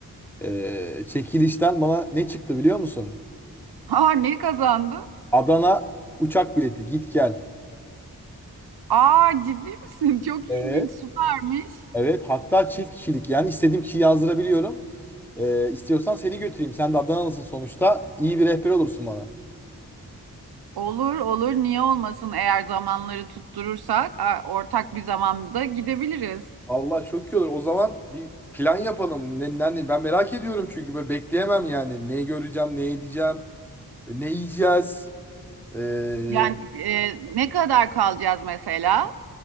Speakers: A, in the centre; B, on the right (about 80°).
A: E, çekilişten bana ne çıktı biliyor musun?
B: Aa, ne kazandı?
A: Adana uçak bileti git gel.
B: Aa, ciddi misin? <laughs> Çok
A: Evet.
B: ilginç, süpermiş.
A: Evet hatta çift kişilik yani istediğim kişiyi yazdırabiliyorum. E, istiyorsan seni götüreyim. Sen de Adanalısın sonuçta. İyi bir rehber olursun bana.
B: Olur, olur, niye olmasın? Eğer zamanları tutturursak, a- ortak bir zamanda gidebiliriz.
A: Allah çok iyi olur. O zaman bir plan yapalım. Ne, ne- ben merak ediyorum çünkü böyle bekleyemem yani. Ne göreceğim, ne edeceğim, ne yiyeceğiz. Ee,
B: Yani e, ne kadar kalacağız mesela?